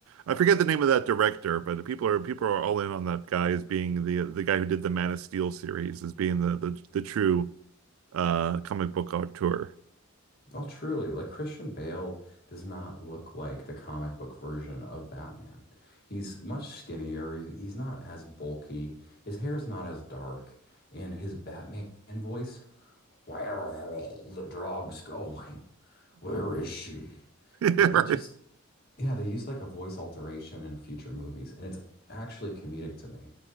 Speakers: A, on the right (about 75°); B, on the left (about 45°).
A: I forget the name of that director, but people are people are all in on that guy as being the the guy who did the Man of Steel series as being the the, the true uh comic book auteur. <laughs>
B: Oh, truly, like Christian Bale does not look like the comic book version of Batman. He's much skinnier. He's, he's not as bulky. His hair's not as dark. And his Batman voice, where are all the drugs going? Where is she?
A: Right.
B: It, it just, yeah, they use like a voice alteration in future movies, and it's actually comedic to me.